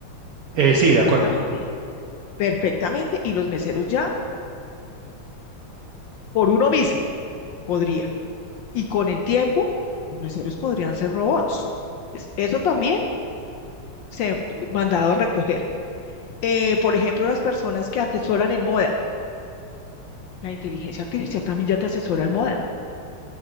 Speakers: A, on the right; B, on the left.
A: Eh, sí,
B: Perfectamente,
A: de acuerdo.
B: perfectamente. Y los meseros ya por uno mismo podría. Y con el tiempo, los meseros podrían ser robots. Es- Eso también se ha mandado a recoger. Eh, por ejemplo, las personas que asesoran en moda. La inteligencia artificial también ya te asesora en moda.